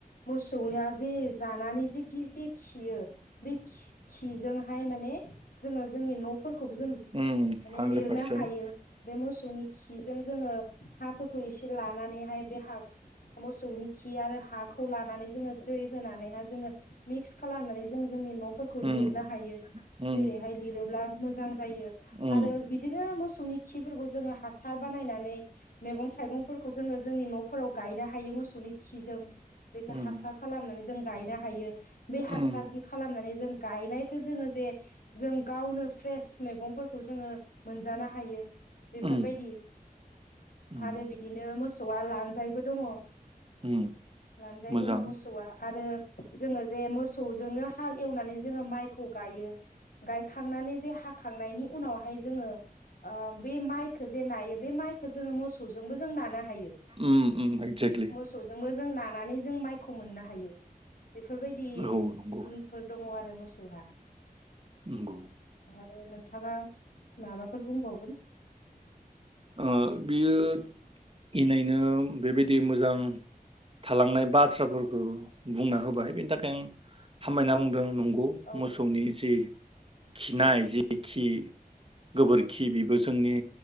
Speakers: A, on the left (about 65°); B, on the right (about 35°).
A: मोसौनिया जे जानानै जेखि जे खियो बे खिजोंहाय माने जोङो जोंनि न'फोरखौबो जों
B: उम
A: माने
B: हानद्रेद
A: लिरनो
B: पारसेन्ट
A: हायो बे मोसौनि खिजों जोङो हाफोरखौ एसे लानानै बेहाय बे हा मोसौनि खि आरो हाखौ लानानै जोङो दै होनानैहाय जोङो मिक्स खालामनानै जों जोंनि न'फोरखौ
B: उम
A: लिरनो हायो
B: उम
A: जेरैहाय लिरोब्ला मोजां जायो
B: उम
A: आरो बिदिनो मोसौनि खिफोरखौ जोङो हासार बानायनानै मैगं थाइगंफोरखौ जोङो जोंनि न'फोराव ग गायनो हायो मोसौनि खिजों बेखौ
B: उम
A: हासार खालामनानै जों गायनो हायो बे हासार
B: उम
A: खालामनानै जों गायनायखौ जोङो जे जों गावनो फ्रेस मैगंफोरखौ जोङो मोनजानो हायो बेफोरबायदि
B: उम उम
A: आरो बि <unintelligible> मोसौआ लानजाइ बो दङ'
B: उम
A: लानजाय
B: मोजां
A: दङ' मोसौआ आरो जोङो जे मोसौजोंनो हाल एवनानै जोङो माइखौ गायो गायखांनानै जे हाखांनायनि उनावहाय जोङो ओ बे माइखो जे नायो बे माइखो जोङो मोसौजों जों नानो हायो
B: उम उम एक्जेक्टलि
A: मोसौजोंबो जों नानानै मायखौ मोननो हायो बेफोरबायदि
B: औ नंगौ
A: गुनफोर दङ आरो मो सौहा
B: नंगौ
A: आरो नोंथाङा माबाफोर बुंबावगोन?
B: ओ बियो इनायनो बेबायदि मोजां थालांनाय बाथ्राफोरखौ बुंना होबाय बेनि थाखाय हामबायना बुंदों <unintelligible>
A: औ
B: मोसौनि जि खिनाय जिखि गोबोरखि बेबो जोंनि